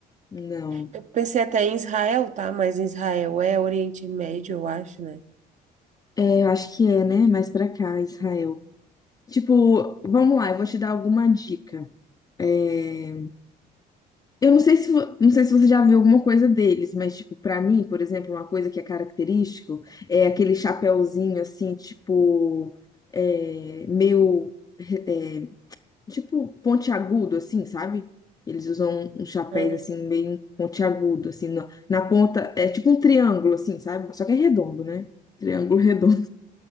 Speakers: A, on the left; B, on the right.
A: Não.
B: Eu pensei até em Israel, tá? Mas Israel é Oriente Médio, eu acho, né?
A: É, eu acho que é, né? Mais pra cá, Israel. Tipo, vamos lá, eu vou te dar alguma dica. É, Eu não sei se, vo- não sei se você já viu alguma coisa deles, mas, tipo, pra mim, por exemplo, uma coisa que é característico é aquele chapéuzinho, assim, tipo, é, meio, re- é, tipo, pontiagudo, assim, sabe? Eles usam um chapéu,
B: Hum,
A: assim, meio pontiagudo, assim, na, na ponta, é tipo um triângulo, assim, sabe? Só que é redondo, né? Triângulo <laughs> redondo.